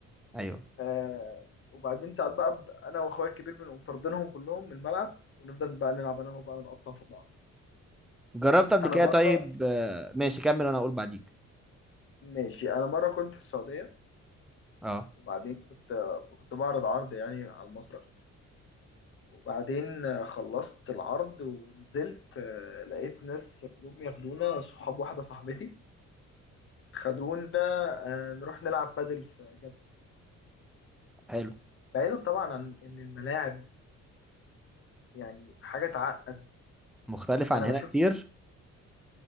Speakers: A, in the centre; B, on the left (about 45°).
A: ايوه
B: آه وبعدين ساعات بقى ب- انا واخويا الكبير بنقوم طاردينهم كلهم من الملعب ونفضل بقى نلعب انا وهو بقى نقطع في بعض
A: جربت قبل
B: انا
A: كده
B: مره
A: طيب آه، ماشي كمل وانا اقول بعديك
B: ماشي انا مره كنت في السعوديه
A: اه
B: وبعدين كنت كنت بعرض عرض يعني على المسرح وبعدين آه، خلصت العرض ونزلت آه، لقيت ناس جم ياخدونا صحاب واحدة صاحبتي خدونا آه، نروح نلعب بادل في جدة
A: حلو
B: بعيدا طبعا عن إن الملاعب يعني حاجة تعقد
A: مختلف عن
B: أنا
A: هنا
B: بشوف
A: كتير